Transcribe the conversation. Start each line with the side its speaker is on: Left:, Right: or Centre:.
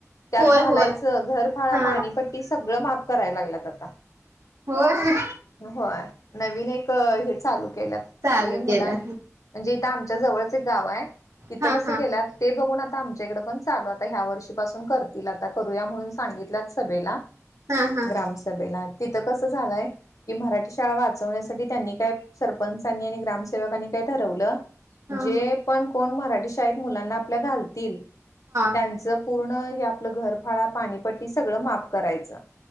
Left: त्यात
Right: होय
Left: घालायचं
Right: होय
Left: घरफाळा
Right: हा
Left: पाणीपट्टी सगळं माफ करायला लागलंत आता.
Right: होय.
Left: होय नवीन एक हे चालू केल्यात
Right: चालू
Left: कि मुलां
Right: केलं.
Left: म्हणजे इथं आमच्या जवळच्या एक गाव आहे इथं
Right: हा
Left: कसं
Right: हा
Left: केलंय ते बघून आता आमच्याकडे पण चालू आता ह्या वर्षीपासून करतील आता करूया म्हणून सांगितल्यात सभेला.
Right: हा हा हा
Left: ग्रामसभेला तिथं कसं झालंय की मराठी त्याला वाचवण्यासाठी त्यांनी काय सरपंच्यानी आणि ग्रामसेवकांनी काय ठरवलं
Right: हा
Left: जे पण कोण मराठी शाळेत मुलांना आपल्या घालतील त्यांच
Right: हा
Left: पूर्ण हे आपलं घरफाळा, पाणीपट्टी सगळं माफ करायचं.